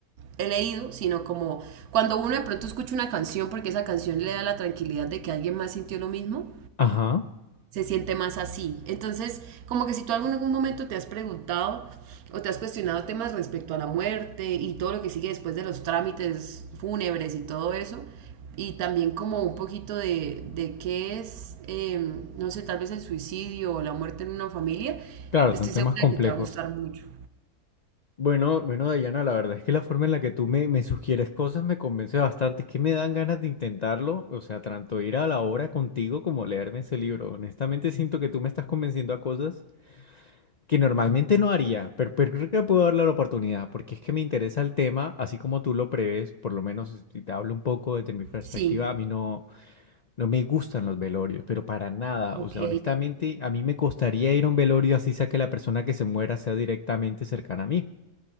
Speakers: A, on the right; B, on the left.
A: he leído, sino como cuando uno de pronto escucha una canción porque esa canción le da la tranquilidad de que alguien más sintió lo mismo,
B: Ajá.
A: se siente más así. Entonces, como que si tú en algún momento te has preguntado o te has cuestionado temas respecto a la muerte y todo lo que sigue después de los trámites fúnebres y todo eso, y también como un poquito de, de qué es, eh, no sé, tal vez el suicidio o la muerte en una familia,
B: Claro,
A: estoy
B: son temas
A: segura
B: complejos.
A: de que te va a gustar mucho.
B: Bueno, bueno, Dayana, la verdad es que la forma en la que tú me, me sugieres cosas me convence bastante, es que me dan ganas de intentarlo, o sea, tanto ir a la obra contigo como leerme ese libro. Honestamente siento que tú me estás convenciendo a cosas que normalmente no haría, pero, pero creo que puedo darle la oportunidad, porque es que me interesa el tema, así como tú lo prevés, por lo menos si te hablo un poco desde mi perspectiva,
A: Sí,
B: a mí no, no me gustan los velorios, pero para nada,
A: ok,
B: o sea, honestamente a mí me costaría ir a un velorio así sea que la persona que se muera sea directamente cercana a mí.